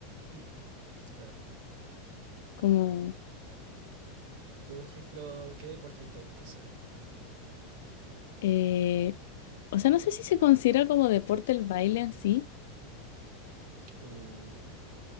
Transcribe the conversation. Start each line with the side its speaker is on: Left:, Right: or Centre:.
Right: Hmm. Claro.
Left: Como,
Right: ¿Y tú, por ejemplo, qué deportes te gusta hacer?
Left: eh, o sea, no sé si se considera como deporte el baile en sí,
Right: Uh,